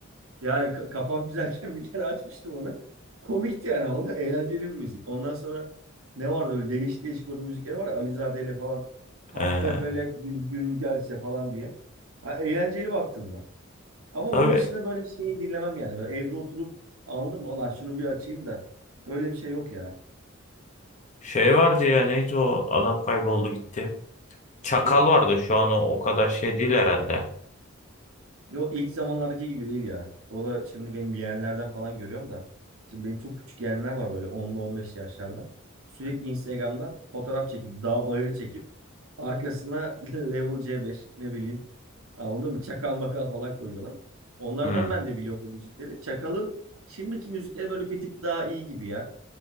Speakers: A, on the right (about 90°); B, on the left (about 35°).
A: Yani ka- kafam güzelken bir kere açmıştım onu. Komikti yani anladın mı? Eğlenceli bir müzik. Ondan sonra ne vardı öyle değişik değişik onun müzikleri var ya. Alizade ile falan. Kahpefelek
B: ee.
A: bir gün gelse falan diye. Ha, eğlenceli baktığında. Ama
B: Tabii
A: onun dışında böyle şey dinlemem yani. Böyle evde oturup anladın mı? Ulan şunu bir açayım da. Öyle bir şey yok ya.
B: şey vardı ya neydi o adam kayboldu gitti. Çakal
A: Kim?
B: vardı şu an o, o kadar şey değil herhalde.
A: Yo ilk zamanlardaki gibi değil ya. O da şimdi benim yeğenlerden falan görüyorum da. Şimdi benim çok küçük yeğenler var böyle onlu 15 yaşlarda. Sürekli Instagram'dan fotoğraf çekip, dağ bayırı çekip arkasına <laughs> level C5 ne bileyim. Anladın mı? Çakal makal falan koyuyorlar. Onlardan
B: Hı.
A: ben de biliyorum bu müzikleri. Çakal'ın şimdiki müzikleri böyle bir tık daha iyi gibi ya.